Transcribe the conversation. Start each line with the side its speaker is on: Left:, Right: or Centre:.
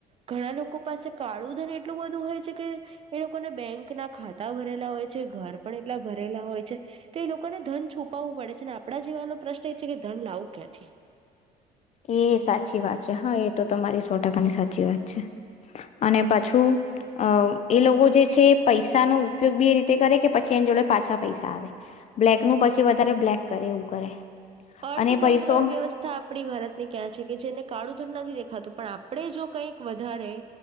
Right: ઘણા લોકો પાસે કાળું ધન એટલું બધું હોય છે કે એ લોકોને બેંક ના ખાતા ભરેલા હોય છે ઘર પણ એટલા ભરેલા હોય છે તો એ લોકોને ધન છુપાવવું પડે છે અને આપણા જીવાનનો પ્રશ્ન એ છે કે ધન લાવું ક્યાંથી.
Left: એ સાચી વાત છે હા એ તો તમારી સો ટકાની સાચી વાત છે અને પાછું એ લોકો જે છે પૈસાનો ઉપયોગ બી એ રીતે કરે કે પછી એની જોડે પાછા પૈસા આવે બ્લેક નું પછી વધારે બ્લેક કરે એવું કરે
Right: અર્થતંત્ર
Left: અને પૈસો
Right: વ્યવસ્થા ા આપણી ભારતની ક્યાં છે કે જેને કાળું ધન નથી દેખાતું પણ આપણે જો કંઈક વધારે